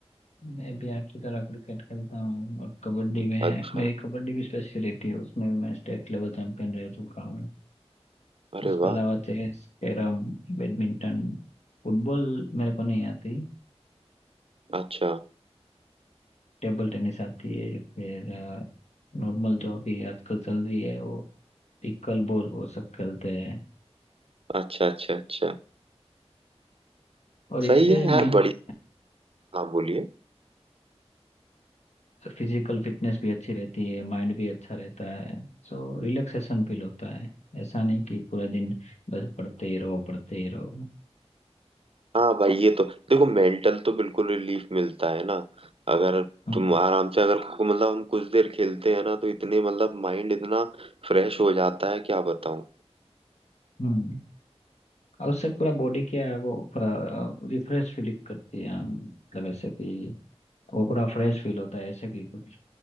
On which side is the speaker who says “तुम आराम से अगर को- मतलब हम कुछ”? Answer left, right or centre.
Right